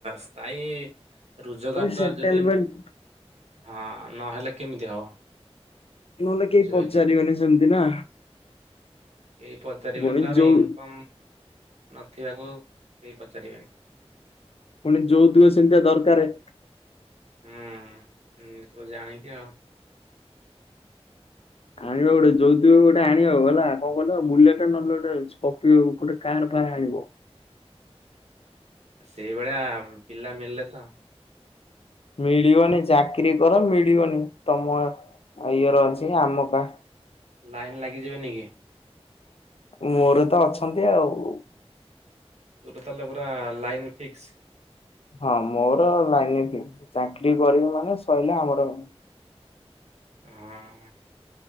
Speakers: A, on the right (about 85°); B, on the left (about 65°).
A: ସ୍ଥାୟୀ ରୋଜଗାର
B: ଗୋଟେ
A: ଟା
B: ସେଟେଲମେଣ୍ଟ
A: ଯଦି ହଁ ନହେଲେ କେମିତି ହବ?
B: ନହେଲେ କେହି
A: ବୁଝିପାରିଲ
B: ପଚାରିବେନି ସେମିତି ନା
A: କେହି ପଚାରିବେନି
B: ପୁଣି
A: ତାର
B: ଯୋଉ
A: ଇନକମ୍ ନଥିବାକୁ କେହି ପଚାରିବେନି।
B: ପୁଣି ଯୋଉତୁକ ସେମିତିଆ ଦରକାରେ।
A: ହୁଁ ତୁ ଜାଣିକି ଆଉ
B: ଆଣିବା ଗୋଟେ ଯୋଉତୁକ ଗୋଟେ ଆଣିବ ହେଲା କଣ କହ ବୁଲେଟେ ନହଲେ ଗୋଟେ ସ୍କର୍ପିଓ କାର୍ ଫାର୍ ଆଣିବ।
A: ସେଇଭଳିଆ ପିଲା ମିଳିଲେ ତ
B: ମିଳିବନି ଚାକିରୀ କର ମିଳିବନି ତମ ଇଏର ଅଛି ଆମ କା
A: ଲାଇନ୍ ଲାଗିଯିବେନି କି?
B: ମୋର ତ ଅଛନ୍ତି ଆଉ
A: ତୁ ତାହେଲେ ପୁରା ଲାଇନ ଫିକ୍ସ୍।
B: ହଁ ମୋର ଲାଇନ ଫିକ୍ସ୍ ଚାକିର କରିବି ମାନେ ସଇଲା ଆମର
A: ହଁ